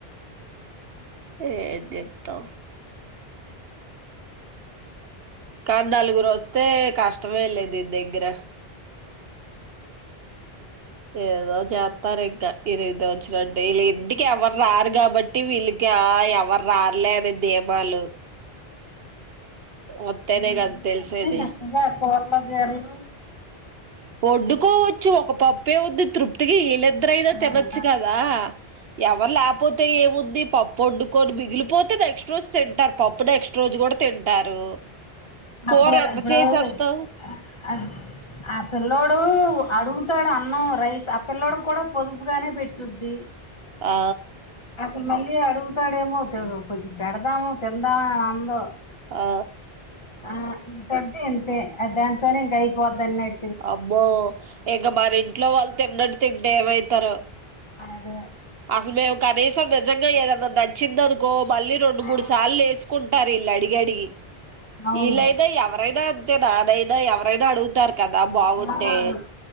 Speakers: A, on the right; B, on the left.
A: ఏం చెప్తావ్ కాద్ నలుగురు రోస్ తే కష్టమే లె దీన్ దగ్గర ఏదో జేతర ఇం ద ఇరైద వచ్చనట్టు వీళ్ళ ఇంటికి ఎవరు రారు కాబట్టి వీళ్ళకి ఆ యవ ఎవరు రారులే అని ధీమాలు వత్తేనే
B: నేనంటే
A: కదా తెలిసేది
B: అన్ని చక్కగా కూరలు గేర్లు
A: వడ్డుకోవచ్చు ఒక పప్పే ఉంది తృప్తికి ఇలిద్దరైనా
B: అవును
A: తినొచ్చు కదా ఎవరు లేకపోతే ఏముంది పప్పు వండుకొని మిగిలిపోతే నెక్ నెక్స్ట్ రోజు తింటారు పప్పు నెక్స్ట్ రోజు కూడా తింటారు కూర
B: అప్లేదా
A: ఎంత
B: ఇప్పుడు
A: చేసేత్తాం
B: అ అద్ ఆపిల్ పిల్లోడు అడుగుతాడు అన్నం రైస్ ఆ పిల్ల్లోడు కూడా పొదుపుగానే పెట్టుద్ది
A: ఆ
B: అసలు మళ్ళీ అడుగుతాడేమో తి కొంచెం పెడదామో తిందామ అని అందు
A: ఆ
B: ఆ ఇంతంటే ఇంతే అ దాంతోనే ఇంకా అయిపోద్దన్నట్
A: అబ్బో ఇంక మన ఇంట్లో వాళ్ళు తిన్నట్టు తింటే ఏమైతరో
B: ఆ ఎదవె
A: అస్సలు మేము కనీసం నిజంగా ఏదన్నా నచ్చిందనుకో మళ్ళీ రెండు
B: ఆ
A: మూడు సార్లు ఎసి కుంటారు ఇళ్ళు అడిగి అడిగి
B: అవును
A: ఇళ్ళైతే ఎవరైన అం తే నానైనా ఎవరైనా అడుగుతారు కదా బాగుంటే
B: ఆ